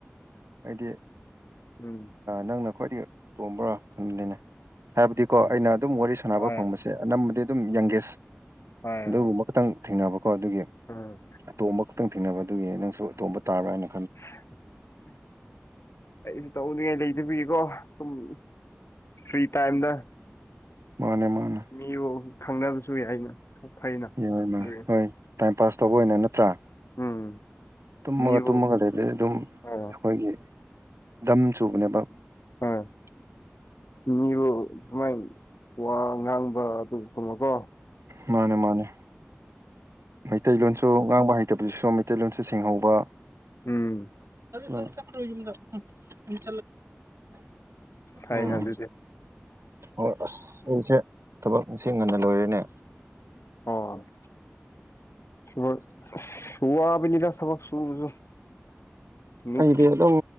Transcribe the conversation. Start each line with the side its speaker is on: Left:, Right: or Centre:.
Right: ꯍꯥꯏꯗꯤ
Left: ꯎꯝ
Right: ꯅꯪꯅ ꯈ꯭ꯋꯥꯏꯗꯒꯤ ꯑ ꯇꯣꯝꯕ꯭ꯔꯣ ꯈꯪꯕꯅꯤꯅꯦ ꯍꯥꯏꯕꯗꯤꯀꯣ
Left: ꯎꯝ
Right: ꯑꯩꯅ ꯑꯗꯨꯝ ꯋꯥꯔꯤ ꯁꯥꯟꯅꯕ
Left: ꯍꯣꯏ
Right: ꯐꯪꯕꯁꯦ ꯁꯦ ꯑꯅꯝꯕꯗꯤ ꯑꯗꯨꯝ ꯌꯪꯒꯦꯁ
Left: ꯍꯣꯏ
Right: ꯑꯗꯨꯍꯨꯝꯕ
Left: ꯍꯣꯏ
Right: ꯈꯛꯇꯪ ꯊꯦꯡꯅꯕꯀꯣ ꯑꯗꯨꯒꯤ
Left: ꯎꯝ
Right: ꯑꯇꯣꯝꯕ ꯈꯛꯇꯪ ꯊꯦꯡꯅꯕ ꯑꯗꯨꯒꯤ ꯅꯪꯁꯨ ꯑꯇꯣꯝꯕ ꯇꯥꯕꯔꯅ
Left: <inaudible> ꯑꯩꯁꯨ ꯇꯧꯅꯤꯡꯉꯥꯏ ꯂꯩꯇꯕꯤꯀꯣ ꯁꯨꯝ ꯐ꯭ꯔꯤ ꯇꯥꯏꯝꯗ
Right: ꯃꯥꯅꯦ ꯃꯥꯅꯦ
Left: ꯃꯤꯕꯨ ꯈꯪꯅꯕꯁꯨ ꯌꯥꯏꯅ ꯐꯩꯅ
Right: ꯌꯥꯏꯃ
Left: ꯑꯗꯨꯒꯤ
Right: ꯍꯣꯏ ꯇꯥꯏꯝ ꯄꯥꯁ ꯇꯧꯕ ꯑꯣꯏꯅ ꯅꯠꯇ꯭ꯔꯥ
Left: ꯎꯝ
Right: ꯇꯨꯝꯃꯒ
Left: ꯃꯤꯕꯨ
Right: ꯇꯨꯝꯃꯒ ꯂꯩꯕꯩ
Left: ꯎꯝ
Right: ꯑꯗꯨꯝ ꯑꯩꯈꯣꯏꯒꯤ
Left: ꯑ
Right: ꯗꯝ ꯆꯨꯕꯅꯦꯕ <inaudible>
Left: ꯑ ꯃꯤꯕꯨ ꯁꯨꯃꯥꯏ ꯋꯥ ꯉꯥꯡꯕ ꯑꯗꯨꯒ ꯀꯨꯝꯃꯣꯀꯣ
Right: ꯃꯥꯅꯦ ꯃꯥꯅꯦ ꯃꯩꯇꯩꯂꯣꯟꯁꯨ ꯉꯥꯡꯕ ꯍꯩꯇꯕꯗꯨꯁꯨ ꯃꯩꯇꯩꯂꯣꯟꯁꯨ ꯁꯦꯡꯍꯧꯕ
Left: ꯎꯝ
Right: ꯃꯥꯅꯤ
Left: ꯐꯩꯅ
Right: ꯎꯝ
Left: ꯑꯗꯨꯗꯤ
Right: ꯍꯣꯏ ꯑꯁ ꯑꯩꯁꯦ ꯊꯕꯛ ꯉꯁꯤ ꯉꯟꯅ ꯂꯣꯏꯔꯦꯅꯦ
Left: ꯑꯣ ꯍ ꯋꯥꯕꯅꯤꯗ ꯊꯕꯛ ꯁꯨꯕꯁꯨ ꯅꯨꯄꯤ
Right: ꯑꯩꯗꯤ ꯑꯗꯨꯝ